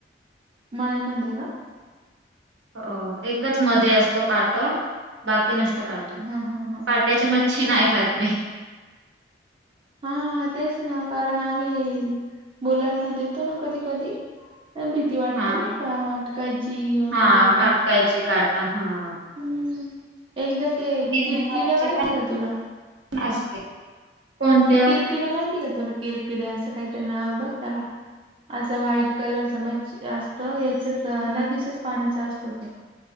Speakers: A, on the right; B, on the right.
A: मळे मध्ये का?
B: हो एकच मध्ये असतो काट बाकी की नसत काटा
A: हा हा हा
B: काटयाची मच्छी नाही खात मी.
A: हा तेच ना कारण आम्ही मुलांना देतो ना कधी कधी भीती वाटते
B: हा
A: नाही का अटकायची वगैरे,
B: हा काटकायचे काटा हा.
A: हम्म! एकदा ते
B: बिना
A: किरकिडे
B: काटाचे
A: माहितीय का तुला?
B: पण असते. कोणत्या?
A: त किरकिडे माहिती का तुला किरकिडे असं काहीतरी नाव आहे बघ त्याला. असा व्हाईट कलरच मच्छ असत याच्याच नदीच्याच पाण्याचा असतो तो.